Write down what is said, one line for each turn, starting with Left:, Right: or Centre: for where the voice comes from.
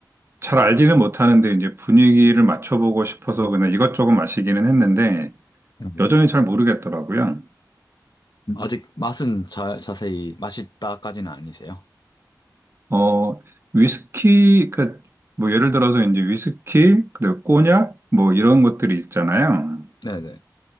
Right: 잘 알지는 못하는데 이제 분위기를 맞춰보고 싶어서 그냥 이것저것 마시기는 했는데,
Left: 네.
Right: 여전히 잘 모르겠더라고요.
Left: 음, 아직 맛은 자, 자세히 맛있다까지는 아니세요?
Right: 어, 위스키, 그, 뭐 예를 들어서 이제 위스키, 그다음에 꼬냑, 뭐 이런 것들이 있잖아요.
Left: 네네.